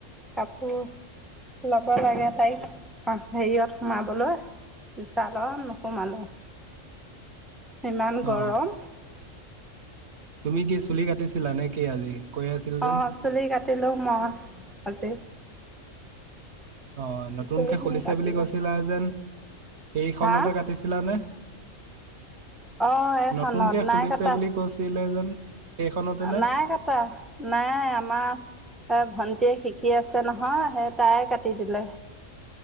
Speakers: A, in the centre; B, on the right.
A: কাপোৰ ল'ব লাগে তাইক অ হেৰিয়ত সোমাবলৈ। বিচালত নোসোমালো। ইমান গৰম
B: অ তুমি কি চুলি কাটিছিলা নে কি আজি? কৈ আছিল
A: আহ
B: যেন?
A: চুলি কাটিলো মই আজি।
B: অ নতুনকে
A: চুলিখিনি
B: খুলিছে
A: কাটিলো
B: বুলি কৈছিলা যেন। সেইখনতে
A: হা
B: কাটিছিলানে?
A: <inaudible> অ এইখনত
B: নতুনকে
A: নাই
B: খুলিছে
A: কাটা
B: বুলি কৈছিলে যেন সেইখনতে নে?
A: নাই কাটা নাই। নাই আমাৰ এ ভন্টিয়ে শিকি আছে নহয় সেই তাই কাটি দিলে।